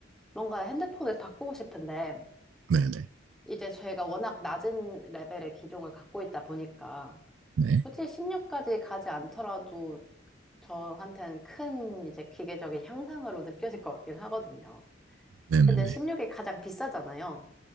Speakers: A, in the centre; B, on the right.
A: 뭔가 핸드폰을 바꾸고 싶은데,
B: 네네.
A: 이제 제가 워낙 낮은 레벨의 기종을 갖고 있다 보니까,
B: 네.
A: 굳이 16까지 가지 않더라도 저한테는 큰 이제 기계적인 향상으로 느껴질 것 같긴 하거든요.
B: 네네네.
A: 근데 16이 가장 비싸잖아요.